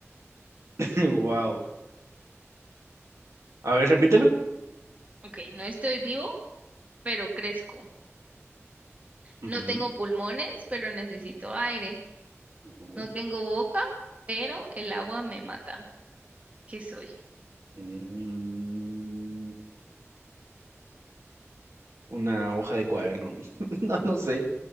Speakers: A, on the right (about 70°); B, on the right (about 30°).
A: Wow. A ver, repítelo.
B: Ok. No estoy vivo, pero crezco.
A: Ujú,
B: No tengo pulmones, pero necesito aire.
A: Ujú.
B: No tengo boca, pero el agua me mata. ¿Qué soy?
A: mm, una hoja de cuaderno. <laughs> No, no sé.